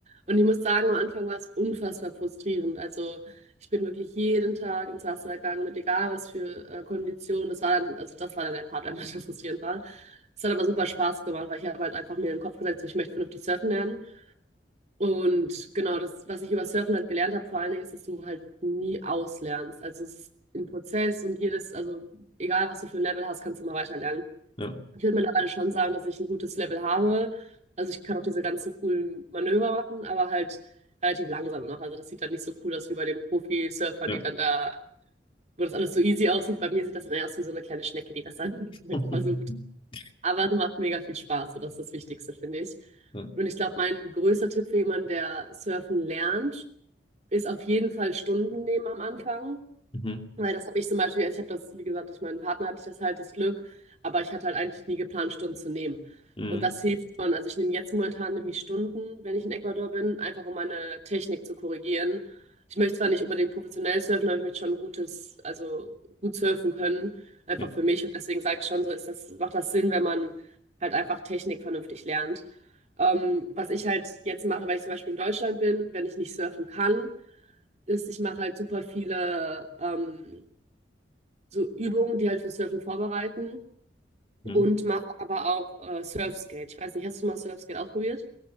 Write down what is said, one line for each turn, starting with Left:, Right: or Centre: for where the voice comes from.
Right: Und ich muss sagen, am Anfang war es unfassbar frustrierend. Also ich bin wirklich jeden Tag ins Wasser gegangen, mit egal was für äh, Konditionen. Das war dann, also das war dann der Part, der <laughs> manchmal frustrierend war. Es hat aber super Spaß gemacht, weil ich habe halt einfach mir in den Kopf gesetzt, so, ich möchte vernünftig surfen lernen. Und genau das, was ich über Surfen halt gelernt habe, vor allen Dingen ist, dass du halt nie auslernst. Also es ist ein Prozess und jedes, also egal was du für ein Level hast, kannst du immer weiter lernen.
Left: Ja,
Right: Ich würde mittlerweile schon sagen, dass ich ein gutes Level habe. Also ich kann auch diese ganzen coolen Manöver machen, aber halt relativ langsam noch. Also das sieht dann nicht so cool aus wie bei den Profi-Surfern,
Left: ja.
Right: die dann da, wo das alles so easy aussieht. Bei mir sieht das dann eher aus wie so eine kleine Schnecke, die das dann
Left: <laughs>
Right: <laughs> versucht. Aber es macht mega viel Spaß, so das ist das Wichtigste, finde ich.
Left: Ja.
Right: Und ich glaube, mein größter Tipp für jemanden, der surfen lernt, ist auf jeden Fall Stunden nehmen am Anfang.
Left: Mhm.
Right: Weil das habe ich zum Beispiel, also ich habe das, wie gesagt, durch meinen Partner hatte ich das halt das Glück, aber ich hatte halt eigentlich nie geplant, Stunden zu nehmen.
Left: Mhm.
Right: Und das hilft schon. Also ich nehme jetzt momentan nämlich Stunden, wenn ich in Ecuador bin, einfach um meine Technik zu korrigieren. Ich möchte zwar nicht unbedingt professionell surfen, aber ich möchte schon ein gutes, also gut surfen können, einfach
Left: Ja.
Right: für mich. Und deswegen sage ich schon, so ist das, macht das Sinn, wenn man halt einfach Technik vernünftig lernt. Ähm, was ich halt jetzt mache, wenn ich zum Beispiel in Deutschland bin, wenn ich nicht surfen kann, ist, ich mache halt super viele ähm, so Übungen, die halt für Surfen vorbereiten
Left: Mhm.
Right: und mache aber auch äh, Surfskate. Ich weiß nicht, hast du mal Surfskate ausprobiert?